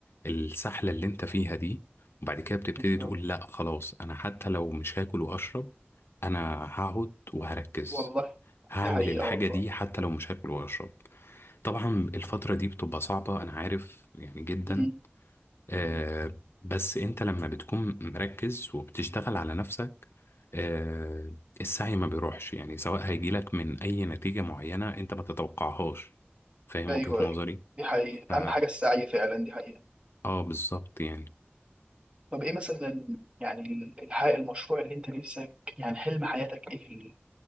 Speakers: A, on the left (about 65°); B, on the right (about 30°).
A: السحلة اللي انت فيها دي وبعد كده بتبتدي
B: بالظبط
A: تقول لا خلاص انا حتى لو مش هاكل واشرب انا هقعد وهركز
B: والله
A: هعمل
B: دي حقيقه
A: الحاجة
B: والله
A: دي حتى لو مش هاكل واشرب طبعا الفترة دي بتبقى صعبة أنا عارف يعني جدا
B: امم
A: آه
B: أمم.
A: بس أنت لما بتكون مركز وبتشتغل على نفسك آه السعي ما بيروحش يعني سواء هيجيلك من أي نتيجة معينة أنت ما تتوقعهاش فاهم
B: ايوه
A: وجهة
B: ايوه
A: نظري؟
B: دي حقيقه
A: ف-
B: اهم حاجه السعي فعلا دي حقيقه
A: اه بالظبط يعني
B: طب ايه مثلا يعني ال- الحقيقة المشروع اللي انت نفسك يعني حلم حياتك ايه في ال-